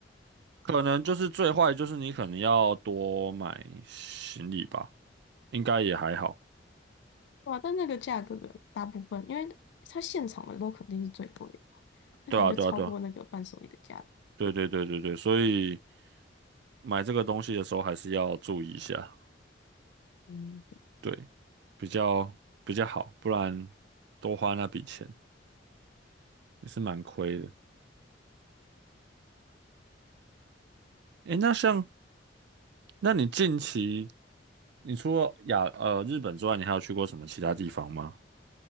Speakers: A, on the right; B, on the left.
A: 可能就是最坏就是你可能要多买行李吧，应该也还好。
B: 对啊，但那个价格的大部分，因为它现场的都肯定是最贵的，那可能就超过那个伴手礼的价格。
A: 对啊，对啊，对啊，对对对对对，所以买这个东西的时候还是要注意一下，
B: 嗯。对
A: 对，比较比较好，不然多花那笔钱也是蛮亏的。诶，那像那你近期，你除了亚呃日本之外，你还有去过什么其他地方吗？